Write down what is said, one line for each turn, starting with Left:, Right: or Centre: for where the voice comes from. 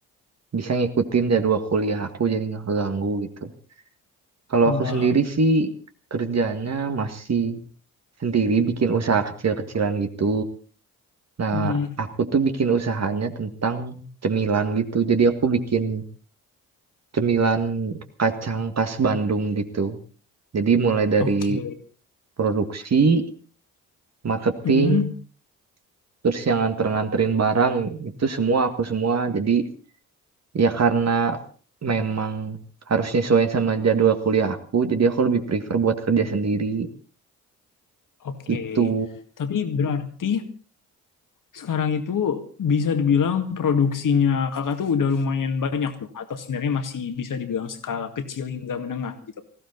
Right: bisa ngikutin jadwal kuliah aku jadi nggak keganggu gitu. Kalau
Left: ah,
Right: aku sendiri
Left: ah.
Right: sih kerjanya masih sendiri bikin usaha kecil-kecilan gitu. Nah,
Left: hmm,
Right: aku tuh bikin usahanya tentang cemilan gitu. Jadi aku bikin cemilan kacang khas Bandung gitu. Jadi mulai dari
Left: oke,
Right: produksi, marketing,
Left: Hmm,
Right: terus yang nganter-nganterin barang itu semua aku semua. Jadi Ya karena memang harus nyesuaiin sama jadwal kuliah aku, jadi aku lebih prefer buat kerja sendiri.
Left: oke.
Right: Itu
Left: Tapi berarti sekarang itu bisa dibilang produksinya kakak tuh udah lumayan banyak dong, atau sebenarnya masih bisa dibilang skala kecil hingga menengah gitu,